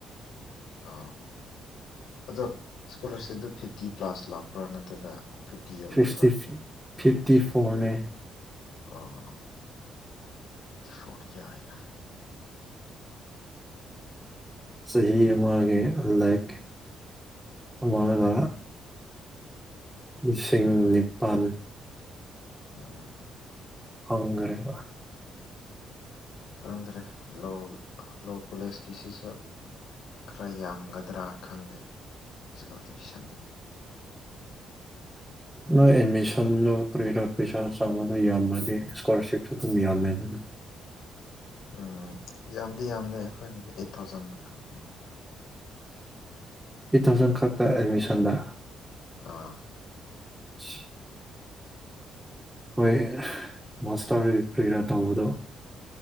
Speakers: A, on the left (about 75°); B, in the centre.
A: ꯑ ꯑꯗꯣ ꯏꯁ꯭ꯀꯣꯂꯥꯔꯁꯤꯞꯇꯣ ꯐꯤꯞꯇꯤ ꯄ꯭ꯂꯥꯁ ꯂꯥꯛꯄ꯭ꯔꯥ ꯅꯠꯇ꯭ꯔꯒ ꯐꯤꯐꯇꯤ ꯌꯧꯗꯕ꯭ꯔꯥ
B: ꯐꯤꯞꯇꯤ ꯐꯤꯞꯇꯤ ꯐꯣꯔꯅꯦ
A: ꯑꯣ ꯑꯣ <unintelligible> ꯌꯥꯏꯅ
B: ꯆꯍꯤ ꯑꯃꯒꯤ ꯂꯥꯏꯔꯤꯛ ꯑꯃꯒ ꯂꯤꯁꯤꯡ ꯅꯤꯄꯥꯜ
A: ꯑꯥ
B: ꯐꯪꯒ꯭ꯔꯦꯕ
A: ꯈꯪꯪꯗ꯭ꯔꯦ ꯂꯣ ꯂꯣ ꯀꯣꯂꯦꯖꯀꯤꯁꯤꯁꯨ ꯈꯔ ꯌꯥꯝꯒꯗ꯭ꯔꯥ ꯈꯪꯗꯦ <unintelligible> ꯁꯟꯗꯒꯤ
B: ꯅꯣꯏ ꯑꯦꯠꯃꯤꯁꯟꯗꯣ ꯀꯔꯤꯔꯥ ꯄꯩꯁꯥ ꯆꯥꯕꯗ ꯌꯥꯝꯃꯗꯤ ꯏꯁꯀꯣꯂꯥꯔꯁꯤꯞꯁꯨ ꯑꯗꯨꯝ ꯌꯥꯝꯃꯦꯗꯅ
A: ꯑꯥ ꯌꯥꯝꯗꯤ ꯌꯥꯝꯗꯦ ꯑꯩꯈꯣꯏꯒꯤꯗꯤ ꯑꯦꯠ ꯊꯥꯎꯖꯟ ꯈꯛꯇꯅꯦ
B: ꯑꯦꯠ ꯊꯥꯎꯖꯟ ꯈꯛꯇ ꯑꯦꯗꯃꯤꯁꯟꯗ
A: ꯑꯥ
B: ꯏꯁ ꯍꯣꯏ ꯃꯥꯁꯇꯔ ꯀꯔꯤꯔꯥ ꯇꯧꯕꯗꯣ